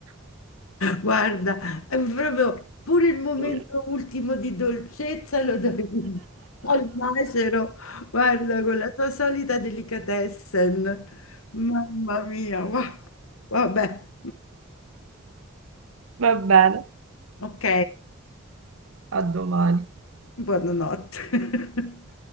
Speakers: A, on the left; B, on the right.
A: Guarda, è proprio pure il momento
B: <laughs>
A: ultimo di dolcezza lo dovevi <laughs> al macero, guarda, con la tua solita delicatessen. Mamma mia, va- vabbè.
B: Va bene,
A: Ok,
B: a domani.
A: buonanotte. <laughs>